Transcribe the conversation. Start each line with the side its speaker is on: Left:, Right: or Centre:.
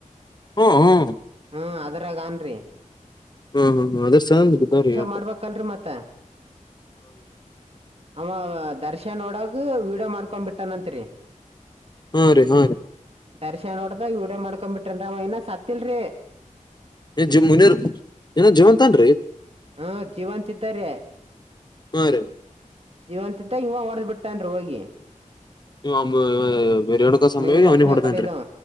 Left: ಹ್ಮ್ ಹ್ಮ್
Right: ಹ್ಮ ಅದರಾಗನ್ರಿ
Left: ಹಾ ಹಾ ಹಾ
Right: ಮಾಡ್ಬೇಕಲ್ರಿ
Left: <unintelligible>
Right: ಮತ್ತ ಅವ ದರ್ಶನೋಡಾಗ ಮಾಡ್ಕೊಂಡ್ ಬಿಟ್ಟ ನಂತ್ರಿ
Left: ಹಾ ರೀ ಹಾ
Right: ದರ್ಶನ ನೋಡ್ದಾಗ ವಿಡಿಯೋ ಮಾಡ್ಕೊ ಬಿಟ್ರನ್ ಅವ ಇನ್ನ ಸತ್ತಲ್ರಿ
Left: <unintelligible> ಏನ ಜೀವಂತನ್ರಿ
Right: ಹಾ ಜೀವಂತ ಇದಾ ರೀ
Left: ಹೂ ರೀ
Right: ಜೀವಂತಿತ್ತ ಇವ ಹೊಡದ್ ಬಿಟ್ಟನೆ ಹೋಗಿ
Left: <unintelligible>
Right: ಮುನಿರತ್ನ
Left: ಅವನಿಗೆ ಹೊಡತನ್ರಿ
Right: ಕಡಿದವ
Left: <inaudible>